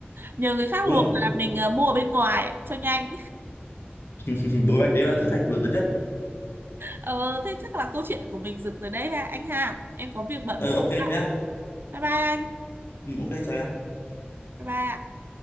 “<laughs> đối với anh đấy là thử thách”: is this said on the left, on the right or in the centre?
Left